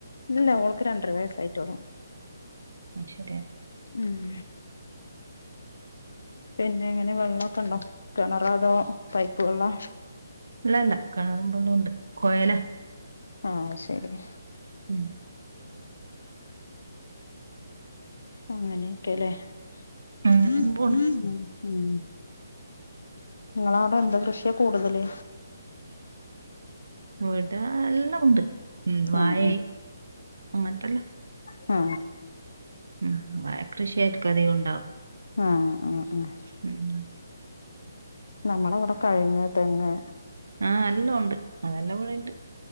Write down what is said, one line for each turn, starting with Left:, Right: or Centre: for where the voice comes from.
Left: ഇല്ല ളക്ക് രണ്ടര വയസ്സായിട്ടോളു
Right: അ ശരിയാ
Left: ഉം പിന്നെ എങ്ങനെ വെള്ളമൊക്കെ ഉണ്ടോ കിണറ അതോ പൈപ്പ് വെള്ളം
Right: ഇല്ലല്ല കിണർ <unintelligible> കുഴൽ
Left: ആഹ ശരി
Right: ഉ
Left: അങ്ങനെയൊക്കെല്ലേ
Right: അങ്ങനങ്ങ്
Left: ഹം
Right: പോണ്
Left: ഹ ഉം നിങ്ങളവിടെ എന്താ കൃഷിയാ കൂടുതല്
Right: വടെ എല്ലാം ഉണ്ട് ഉ വായ
Left: ആഹ് ആഹ്
Right: അങ്ങനത്തെല്ല
Left: ആ
Right: ഉം കൃഷിയായിട്ടക്ക അധികം ഉണ്ടാവും
Left: ആഹ ആ ആഹ
Right: ഉം
Left: നമ്മുടെ ഇവിടെ കഴുങ്ങ് തെങ്ങ്
Right: ആ എല്ലോം ഉണ്ട് അതെല്ലാം ഇവിടെണ്ട്